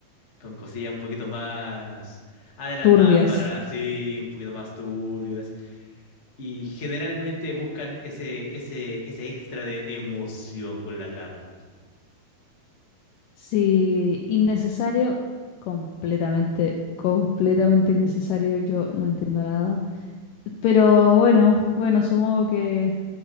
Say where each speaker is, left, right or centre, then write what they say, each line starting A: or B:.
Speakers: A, on the left; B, on the left.
A: con cosillas un poquito más adelantadas
B: Turbias.
A: para sí, un poquito más turbias. Y generalmente buscan ese, ese, ese extra de emoción con la trama.
B: Sí, innecesario, completamente, completamente innecesario, yo no entiendo nada. Pero bueno, bueno, supongo que...